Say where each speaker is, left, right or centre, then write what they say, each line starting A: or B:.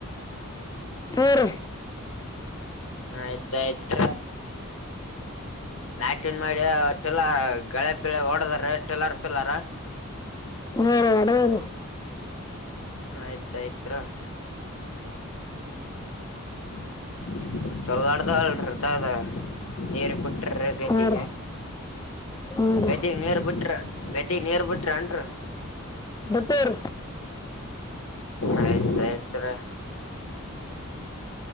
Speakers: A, on the left; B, on the left.
A: ಹ್ಞೂ ರೀ
B: ಆಯ್ತಾಯ್ತ ನಾಟನ್ ಮಾಡಿ ಟಲರ್ ಳೆ ಪಿಳೆ ಓಡದ್ರ ಟಲರ್ ಪಿಿಲ್ಲಾರ
A: ಬೇರೆ ಅಡವರು
B: ಆಯ್ತ ಆಯ್ತ್ರ ಹಾ ಚಲಾಡ್ದ ಅಲ್ದಲ್ಲ ನೀರ್ ಬಿಟ್ರ ಗೈದಿಗೆ
A: ಹ್ಞೂ ರೀ ಹ್ಞೂ ರೀ
B: ಗದಗ್ ನೀರು ಬಿಟ್ರ ಗದಗ್ ನೀರು ಬಿಟ್ರನ್ರ
A: ಬಿಟ್ಟವ್ರಿ
B: ಆಯತ್ರಯತ್ರ